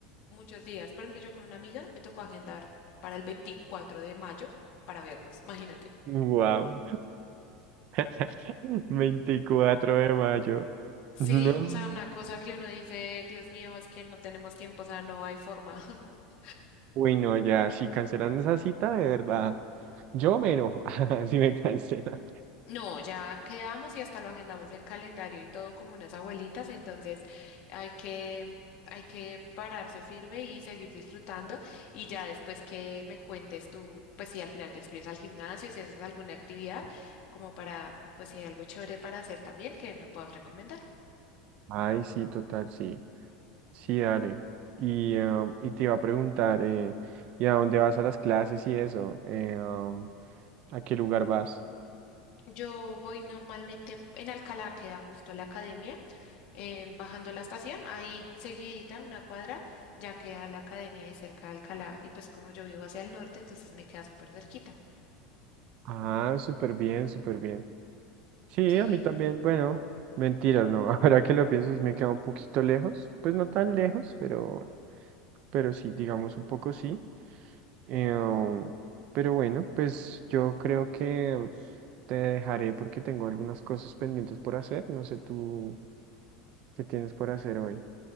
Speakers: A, on the left; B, on the right.
A: muchos días. Por ejemplo, yo con una amiga me tocó agendar para el 24 de mayo para vernos, imagínate.
B: wow. <laughs> veinticuatro de mayo.
A: Sí,
B: No.
A: o sea, una cosa que uno dice, Dios mío, es que no tenemos tiempo, o sea, no hay forma. <laughs>
B: Uy, no, ya, si cancelan esa cita, de verdad. Yo me enojo <laughs> si me cancelan.
A: No, ya quedamos y hasta lo agendamos en calendario y todo como unas abuelitas, entonces hay que, hay que pararse firme y seguir disfrutando y ya después que me cuentes tú, pues si al final te inscribes al gimnasio, si haces alguna actividad, como para, pues si hay algo chévere para hacer también que me puedas recomendar.
B: Ay, sí, total, sí. Sí, dale. Y, em, y te iba a preguntar, eh, ¿y a dónde vas a las clases y eso? Eh, em, ¿A qué lugar vas?
A: Yo voy normalmente en Alcalá, queda justo la academia, eh, bajando la estación, ahí seguidita, una cuadra, ya queda la academia ahí cerca de Alcalá. Y pues como yo vivo hacia el norte, entonces me queda súper cerquita.
B: Ah, súper bien, súper bien. Sí,
A: Sí,
B: a mí también, bueno, mentiras, no. <laughs> Ahora que lo pienso, sí me queda un poquito lejos. Pues no tan lejos, pero, pero sí, digamos un poco sí. Eh, um, pero bueno, pues yo creo que te dejaré porque tengo algunas cosas pendientes por hacer. No sé tú qué tienes por hacer hoy.